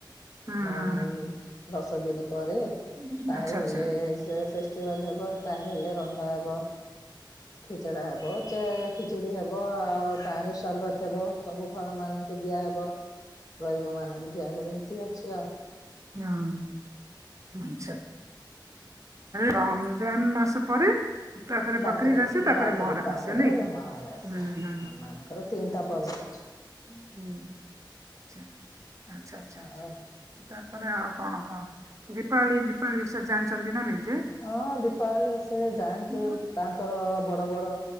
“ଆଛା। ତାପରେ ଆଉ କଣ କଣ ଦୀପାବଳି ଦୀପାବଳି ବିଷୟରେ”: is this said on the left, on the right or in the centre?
Right